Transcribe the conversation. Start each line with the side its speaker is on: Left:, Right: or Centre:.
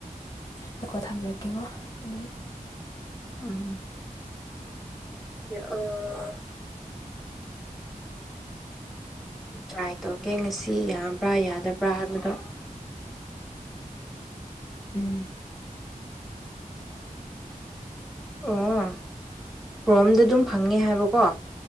Left: ꯍꯣꯏꯀꯣ ꯊꯥꯕꯤꯔꯛꯀꯦꯀꯣ ꯎꯝ
Centre: ꯎꯝ ꯑ ꯑꯩ ꯇ꯭ꯔꯥꯏ ꯇꯧꯒꯦ ꯉꯁꯤ ꯌꯥꯕ꯭ꯔꯥ ꯌꯥꯗꯕ꯭ꯔꯥ ꯍꯥꯏꯕꯗꯣ
Left: <unintelligible>
Centre: ꯑꯣ ꯀ꯭ꯔꯣꯝꯗ ꯑꯗꯨꯝ ꯐꯪꯉꯦ ꯍꯥꯏꯕꯀꯣ